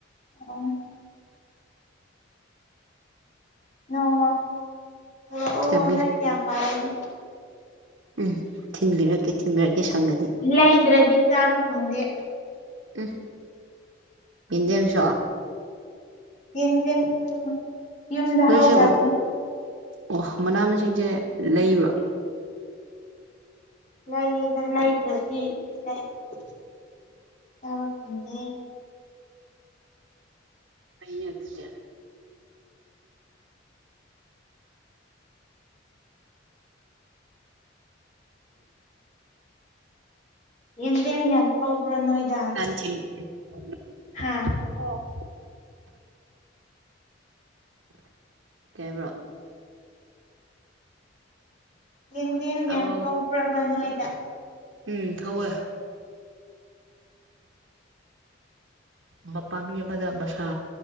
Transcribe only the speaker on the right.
ꯊꯤꯟꯕꯤ
ꯎꯝ ꯊꯤꯟꯕꯤꯔꯛꯀꯦ ꯊꯤꯟꯕꯤꯔꯛꯀꯦ ꯁꯪꯉꯗꯤ
ꯎꯝ ꯌꯦꯟꯗꯦꯝꯁꯣ
ꯅꯣꯏꯁꯦ
ꯑꯣ ꯃꯅꯥ ꯃꯁꯤꯡꯁꯦ ꯂꯩꯕ꯭ꯔꯣ
ꯐꯩꯅꯦ ꯑꯗꯨꯗꯤ
<unintelligible>
ꯑꯣ ꯀꯩ ꯍꯥꯏꯕ꯭ꯔꯣ
ꯇꯥꯕ꯭ꯔꯣ
ꯎꯝ ꯍꯧꯋꯦ ꯃꯄꯥꯥꯝꯕꯤ ꯑꯃꯗ ꯃꯁꯥ